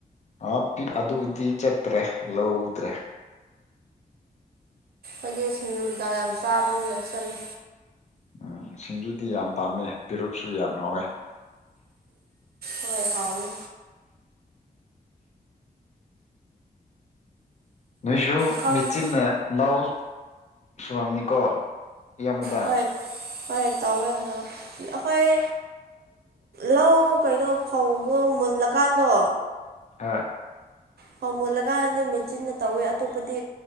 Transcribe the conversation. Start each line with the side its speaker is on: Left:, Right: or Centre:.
Left: ꯑ ꯑꯗꯨꯗꯤ ꯆꯠꯇ꯭ꯔꯦ ꯂꯧꯗ꯭ꯔꯦ
Right: ꯑꯩꯈꯣꯏꯗꯤ ꯁꯤꯡꯖꯨ ꯀꯩꯀꯥ ꯌꯥꯝ ꯆꯥꯕꯅꯤꯅ ꯆꯠꯂ
Left: ꯎꯝ ꯁꯤꯡꯖꯨꯗꯤ ꯌꯥꯝ ꯄꯥꯝꯃꯦ ꯄꯦꯔꯨꯛꯁꯨ ꯌꯥꯝ ꯍꯥꯎꯋꯦ
Right: ꯍꯣꯏ ꯍꯥꯎꯏ
Left: ꯅꯣꯏꯁꯨ
Right: ꯈꯪ
Left: ꯃꯦꯆꯤꯟꯅ ꯂꯧ ꯁꯨꯔꯝꯅꯤꯀꯣ ꯑꯌꯥꯝꯕꯗ
Right: ꯍꯣꯏ ꯍꯣꯏ ꯇꯧꯋꯦ ꯍꯟꯗꯛ ꯑꯩꯈꯣꯏ ꯂꯧ ꯀꯩꯅꯣ ꯐꯧꯗꯣ ꯃꯨꯜꯂꯀꯥꯟꯗꯣ
Left: ꯑꯥ
Right: ꯐꯧ ꯃꯨꯜꯂꯀꯥꯟꯗꯗꯤ ꯃꯦꯆꯤꯟꯅ ꯇꯧꯋꯦ ꯑꯇꯣꯞꯄꯗꯤ